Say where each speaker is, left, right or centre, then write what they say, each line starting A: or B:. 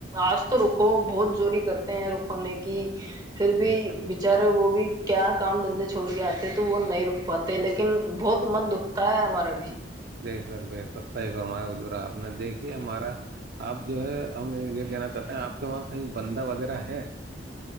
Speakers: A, on the right; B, on the right.
A: آج تو رکو بہت زوری کرتے ہیں رکونے کی پھر بھی
B: بے شک
A: بچارے وہ بھی کیا کام دھندے چھوڑ کے آتے تو وہ نہیں رک پاتے لیکن بہت من دکھتا ہے ہمارا بھی بہار کی اوج عا رہی ہے
B: دیک سک بھائی سب صحی فرمایا ہو ج رہا آپ نے دیکھیے ہمارا آپ جو ہے ہم یہ کہنا چاہتے ہیں آپ کے وہاں کہیں بندہ وغیرہ ہے